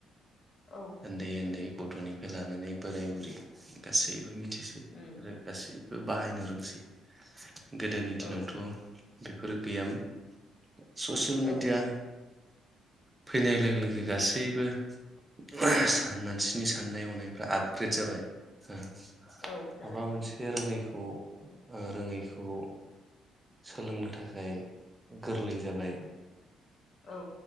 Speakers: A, on the left; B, on the right.
A: औ
B: ओन्दै-ओन्दै
A: मिथियो
B: गथ'निफ्राय लाना नै बोराय बुरि गासैबो मि थिसै
A: उम
B: आरो गासै बाहायनो रोंसै। गोदोनि दिनावथ'
A: औ
B: बेफोरो गैयामोन। ससियेल मिडिया
A: औ
B: फैनाय लोगो लोगो गासैबो <unintelligible> मानसिनि साननाय हनायफ्रा आपग्रेड जाबाय ओ माबा
A: औ जाबाय
B: मोनसे रोङैखौ ओ रोङैखौ सोलोंनो थाखाय गोरलै जाबाय।
A: औ।